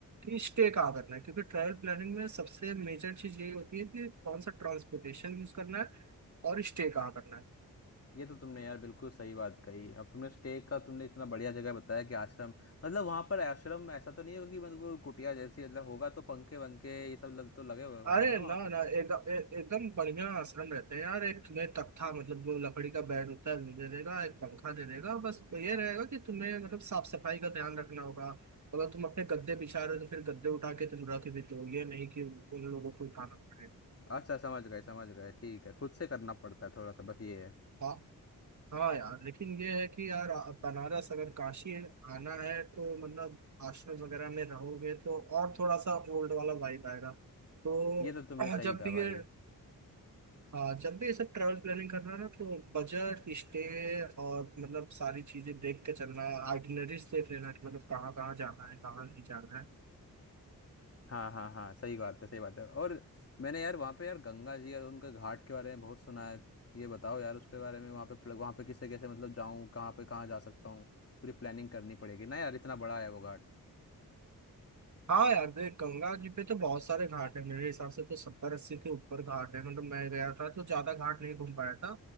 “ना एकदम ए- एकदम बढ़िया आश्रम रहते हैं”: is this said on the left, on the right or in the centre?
Right